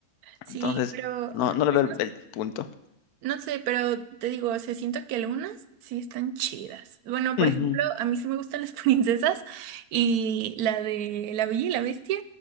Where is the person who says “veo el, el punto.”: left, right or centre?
Left